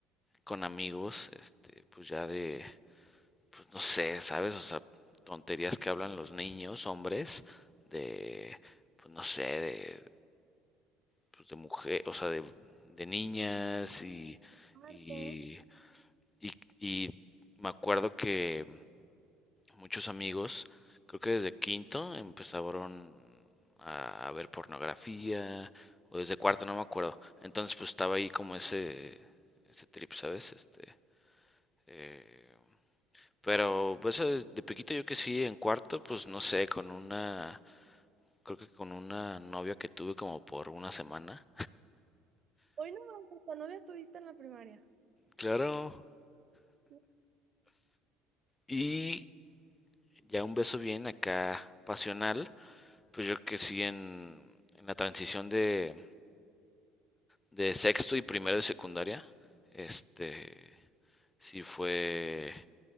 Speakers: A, on the left; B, on the right.
A: con amigos, este, pues ya de, pues no sé, ¿sabes? O sea, tonterías que hablan los niños, hombres, de, pues no sé, de pues, de mujer, o sea, de, de niñas y,
B: Harto.
A: y, y, y me acuerdo que muchos amigos, creo que desde quinto empezaron a, a ver pornografía o desde cuarto, no me acuerdo. Entonces pues estaba ahí como ese, ese trip, ¿sabes? Este, eh, pero pues de de pequeñito yo que sí, en cuarto, pues no sé, con una, creo que con una novia que tuve como por una semana.
B: Hoy no, hasta novia tuviste en la primaria.
A: Claro.
B: No
A: Y ya un beso bien acá pasional, pues yo que sí en, en la transición de, de sexto y primero de secundaria, este, sí fue